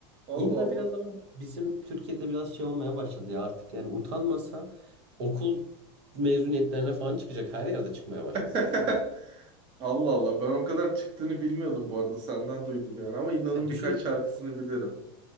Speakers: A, on the right; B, on the right.
A: Allah
B: İnna
A: Allah.
B: biraz ama bizim Türkiye'de biraz şey olmaya başladı ya artık yani utanmasa okul mezuniyetlerine falan çıkacak her yerde çıkmaya başladı
A: <laughs>
B: Inna.
A: Allah Allah ben o kadar çıktığını bilmiyordum bu arada senden duydum yani ama İlna'nın
B: Ya düşün
A: birkaç şarkısını bilirim.